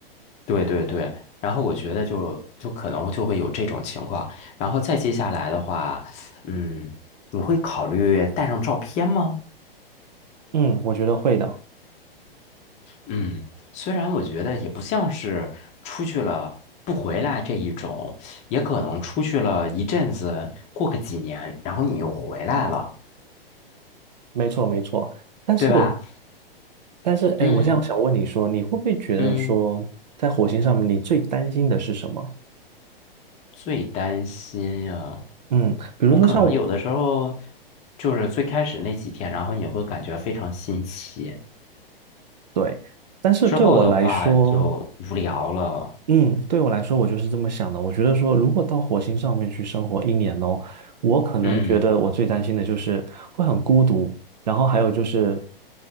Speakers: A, on the left (about 20°); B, on the right (about 45°).
A: 对对对。然后我觉得就就可能就会有这种情况。然后再接下来的话，嗯，你会考虑带上照片吗？
B: <laughs> 嗯，我觉得会的，
A: 嗯，虽然我觉得也不像是出去了不回来这一种，也可能出去了一阵子，过个几年，然后你又回来了，
B: 没错没错。但是
A: 对吧？
B: 但是，哎，
A: 嗯
B: 我这样想问你说，你会不会觉得说，
A: 嗯，
B: 在火星上面你最担心的是什么？
A: 最担心呀，
B: 嗯，比如说像我，
A: 我可能有的时候就是最开始那几天，然后你会感觉非常新奇，
B: 对，但是对我来说。
A: 之后的话就无聊了。
B: 嗯，对我来说，我就是这么想的。我觉得说，如果到火星上面去生活一年哦，我可能觉得我最担心的就是会很孤独，
A: 嗯。
B: 然后还有就是